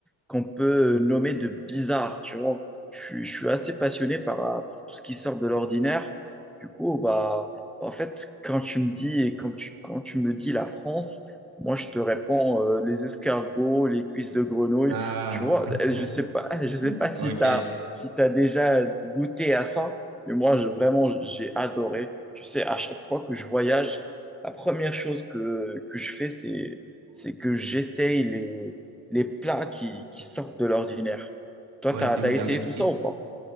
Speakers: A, in the centre; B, on the right (about 70°).
A: qu'on peut nommer de bizarre, tu vois. Je, suis je suis assez passionné par, euh, par tout ce qui sort de l'ordinaire. Du coup, bah, en fait, quand tu me dis et quand tu, quand tu me dis la France, moi, je te réponds euh, les escargots, les cuisses de grenouille.
B: Ah,
A: Tu vois,
B: <laughs>
A: euh, je sais pas, <laughs> je sais pas si
B: ok.
A: tu as, si tu déjà goûté à ça, mais moi, je, vraiment, j'ai adoré. Tu sais, à chaque fois que je voyage, la première chose que, que je fais, c'est, c'est que j'essaye les les plats qui, qui sortent de l'ordinaire. Toi,
B: Ouais,
A: t'as,
B: t'es
A: t'as
B: ouvert
A: essayé
B: d'esprit.
A: tout ça ou pas?